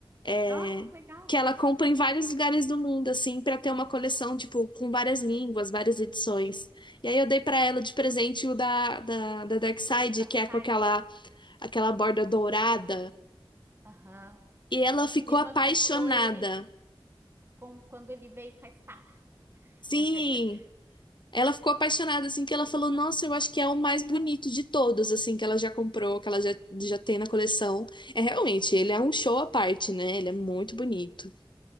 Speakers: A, on the left; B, on the right.
A: é,
B: nossa, que legal,
A: que ela compra em vários lugares do mundo, assim, pra ter uma coleção, tipo, com várias línguas, várias edições. E aí eu dei pra ela de presente o da, da, da Darkside,
B: Dark
A: que
B: Side.
A: é com aquela, aquela borda dourada.
B: Aham.
A: E ela ficou
B: Minha irmã
A: apaixonada.
B: comprou ele com, quando ele veio com a estaca.
A: Sim,
B: <laughs>
A: ela ficou apaixonada, assim, que ela falou, nossa, eu acho que é o mais bonito de todos, assim, que ela já comprou, que ela já, já tem na coleção. É realmente, ele é um show à parte, né? Ele é muito bonito.